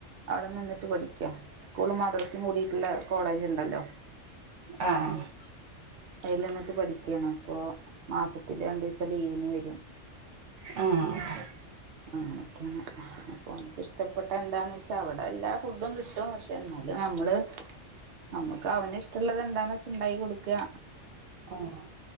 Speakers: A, on the right; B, on the right.
A: അവിടെ നിന്നിട്ട് പഠിക്ക സ്കൂൾ മദ്രസയും കൂടിയിട്ടുള്ള കോളേജ് ഇണ്ടല്ലോ
B: ആ ആ
A: അതിൽ നിന്നിട്ട് പഠിക്കയാണ് അപ്പൊ മാസത്തില് രണ്ടു ദിവസം ലീവിന് വരും
B: ആ ആ
A: അങ്ങനെയൊക്കെയാണ് അപ്പൊ ഓനിക്കിഷ്ടപ്പെട്ട എന്താന്ന് വെച്ചാ അവിടെ എല്ലാ ഫുഡും കിട്ടും പക്ഷെ എന്നാല് നമ്മള് നമ്മുക്ക് അവന് ഇഷ്ടമുള്ളത് എന്താന്ന് വെച്ച ഉണ്ടാക്കി കൊടുക്കുക
B: ആ ആ